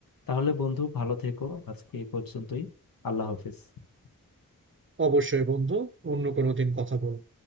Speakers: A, on the left; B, on the right.
A: তাহলে বন্ধু ভালো থেকো আজকে এই পর্যন্তই আল্লাহ হাফেজ
B: অবশ্যই বন্ধু অন্য কোনো দিন কথা বলবো